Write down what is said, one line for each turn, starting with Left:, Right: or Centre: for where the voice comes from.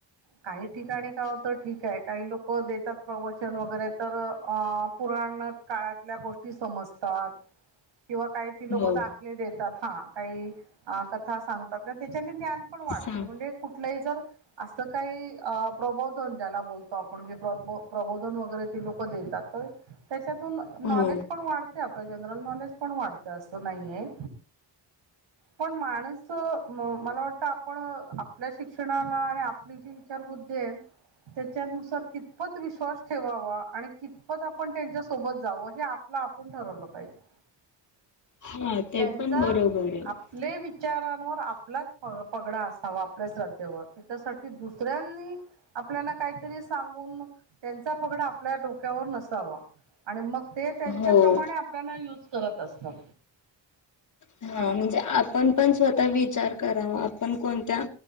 Right: काही -- ठिकाणी का होतं ठीक आहे काही लोक देतात प्रवचन वगैरे तर -- पुराण काळातल्या गोष्टी समजतात. किंवा काही त लोक
Left: हो
Right: दाखले देतात हा, काही कथा सांगतात. त्याच्याने ज्ञान पण वाढतयं,
Left: सांग
Right: म्हणजे कुठलंही जर -- असं काही प्रबोधन ज्याला बोलतो आपण जे प्रबोधन वगैरे ते लोक दे -- तात. त्याच्यातून नॉलेज
Left: हो
Right: पण वाढते आपलं जनरल नॉलेज पण वाढतं असं नाही आहे. पण माणस. म मला वाटतं आपण आपल्या शिक्षणाला आणि आपली जी विचारबुद्धी आहे. त्याच्यानुसार कितपत विश्वास ठेवावा आणि कितपत. आपण त्यांच्या सोबत जावं हे आपलं आपण ठरवलं पाहिजे.
Left: हा ते
Right: त्यांचा
Left: पण बरोबर आहे
Right: आपले विचारांवर आपलाच. पगडा असावा आपल्या श्रद्धेवर त्याच्यासाठी दुसऱ्यांनी आपल्याला काहीतरी सांगून. त्यांचा पगड आपल्या डोक्यावर नस वा आणि मग ते त्यांच्या
Left: हो
Right: प्र्रमाणे आपल्याला यूज करत असतात.
Left: हा म्हणजे आपण पण स्वतः विचार कराव आपण कोणत्या